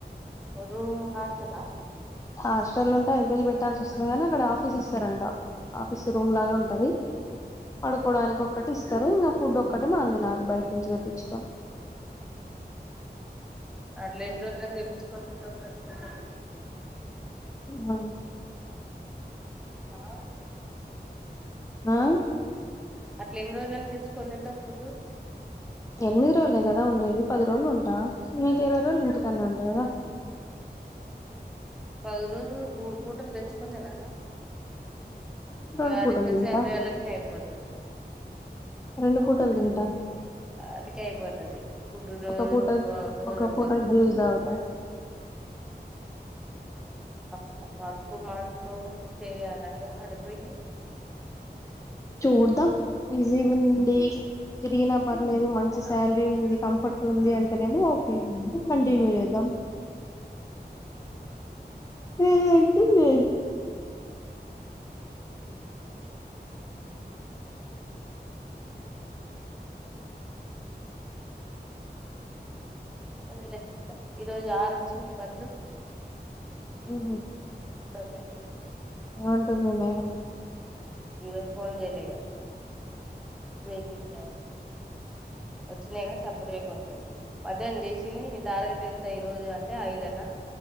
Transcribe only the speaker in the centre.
ఓరూం హాస్టలా
అట్లెన్ని రోజులకు తెప్పిచ్చుకోలట <unintelligible>
ఆ
అట్ల ఎన్ని రోజులని తెచ్చుకొని తింటవ్ ఫుడ్డు
పది రోజులు మూడు పూటలు తెచ్చుకుని తినాలా అ
ఆడిచ్చేసే
సాల్రీల్లనే అయిపోతది
ఆటికే అయిపోతది ఫుడ్డు రోజు
రోజొకొంద
అ కడుపు మాడ్చుకొని చేయ్యాలా ఇగ ఆడికిపొయ్యి
అదేలేె ఇంక ఈరోజు ఆరు ఒచ్చినయి బండ్లు
అపోయిట్మెంట్లు
ఇగ ఫోన్ జేయలే ఇగ వెహికల్స్ త్యాల ఒచ్చినయి గ సప్పుజేకుండు మధ్యాహ్నం చేసింది నీ టార్గెట్ ఎంత ఈ రోజు అంటే ఐదన్న